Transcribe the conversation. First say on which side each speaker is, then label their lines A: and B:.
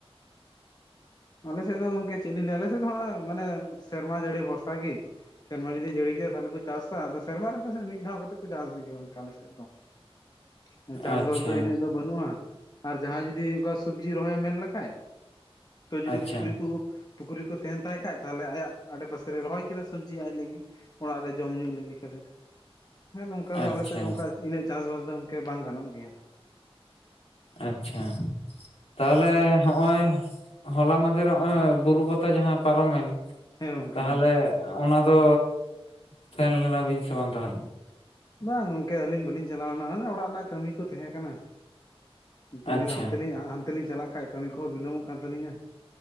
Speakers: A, on the left (about 40°); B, on the left (about 75°).
A: ᱚ ᱟᱞᱮᱥᱮᱫ ᱫᱚ ᱜᱚᱝᱠᱮ ᱪᱮᱫ ᱞᱤᱧ ᱞᱟᱹᱭᱟ ᱟᱞᱮᱥᱮᱫ ᱫᱚ ᱦᱚᱸᱚᱭ ᱢᱟᱱᱮ ᱥᱮᱨᱢᱟ ᱡᱟᱹᱲᱤ ᱵᱷᱚᱨᱥᱟ ᱜᱤ ᱥᱮᱨᱢᱟ ᱡᱩᱫᱤᱭ ᱡᱟᱹᱲᱤ ᱠᱮᱫᱟ ᱛᱟᱦᱚᱞᱮ ᱠᱚ ᱪᱟᱥᱟ ᱟᱫᱚ ᱥᱮᱨᱢᱟ ᱨᱮ ᱥᱮ ᱢᱤᱫᱷᱟᱣ ᱠᱟᱛᱮ ᱠᱚ ᱪᱟᱥ ᱜᱮᱭᱟ ᱚᱝᱠᱟ ᱟᱞᱮᱥᱮᱫ <unintelligible> ᱪᱟᱥᱵᱟᱥ
B: ᱟᱪᱪᱷᱟ
A: ᱫᱚ ᱤᱱᱟᱹᱜ ᱫᱚ ᱵᱟᱹᱱᱩᱜᱼᱟ ᱟᱨ ᱡᱟᱦᱟᱸᱭ ᱡᱩᱫᱤ ᱚᱝᱠᱟ ᱥᱚᱵᱡᱤ ᱨᱚᱦᱚᱭ ᱢᱮᱱ ᱞᱮ ᱠᱷᱟᱡ ᱛᱚ ᱡᱩᱫᱤ
B: ᱟᱪᱪᱷᱟ
A: ᱯᱩᱠᱷᱨᱤ ᱠᱚ ᱯᱩᱠᱷᱨᱤ ᱠᱚ ᱛᱟᱦᱮᱱ ᱛᱟᱭ ᱠᱷᱟᱡ ᱛᱟᱦᱚᱞᱮ ᱟᱭᱟᱜ ᱟᱲᱮ ᱯᱟᱥᱮᱭ ᱨᱚᱦᱚᱭ ᱠᱮᱫᱟ ᱥᱚᱵᱡᱤ ᱟᱡ ᱞᱟᱹᱜᱤᱫ ᱚᱲᱟᱜ ᱨᱮ ᱡᱚᱢ ᱧᱩ ᱞᱟᱹᱜᱤᱫ ᱠᱷᱟᱹᱞᱤ ᱦᱮᱸ ᱱᱚᱱᱠᱟ ᱫᱚ
B: ᱟᱪᱪᱷᱟ
A: ᱟᱞᱮᱥᱮᱫ ᱫᱚ ᱚᱱᱠᱟ ᱤᱱᱟᱹᱜ ᱪᱟᱥᱵᱟᱥ ᱫᱚ ᱤᱱᱟᱹᱜ ᱵᱟᱝ ᱜᱟᱱᱚᱜ ᱜᱮᱭᱟ
B: ᱟᱪᱪᱷᱟ ᱛᱟᱦᱚᱞᱮ ᱦᱚᱜᱼᱚᱭ ᱦᱚᱞᱟ ᱢᱫᱷᱮᱨ ᱱᱚᱚᱭ ᱵᱩᱨᱩ ᱯᱟᱛᱟ ᱡᱟᱦᱟᱸ ᱯᱟᱨᱚᱢᱮᱱ
A: ᱦᱮᱸ ᱜᱚᱝᱠᱮ
B: ᱛᱟᱦᱚᱞᱮ
A: ᱦᱮᱸ
B: ᱚᱱᱟ ᱫᱚ ᱛᱟᱦᱮᱸᱱ ᱞᱮᱱᱟ ᱵᱤᱱ ᱥᱮ ᱵᱟᱝ ᱛᱟᱦᱚᱞᱮ
A: ᱵᱟᱝ ᱜᱚᱝᱠᱮ ᱟᱹᱞᱤᱧ ᱵᱟᱹᱞᱤᱧ ᱪᱟᱞᱟᱣ ᱞᱮᱱᱟ ᱮ ᱚᱲᱟᱜ ᱨᱮᱱᱟᱜ ᱠᱟᱹᱢᱤ ᱠᱚ ᱛᱟᱦᱮᱸ ᱠᱟᱱᱟ ᱱᱤᱛᱚᱝ
B: ᱟᱪᱪᱷᱟ
A: ᱡᱩᱫᱤ ᱦᱟᱱᱛᱮ ᱞᱤᱧ ᱦᱟᱱᱛᱮ ᱞᱤᱧ ᱪᱟᱞᱟᱜ ᱠᱷᱟᱡ ᱠᱟᱹᱢᱤ ᱠᱚᱦᱚᱸ ᱵᱤᱞᱚᱢᱚᱜ ᱠᱟᱱ ᱛᱟᱹᱞᱤᱧᱟ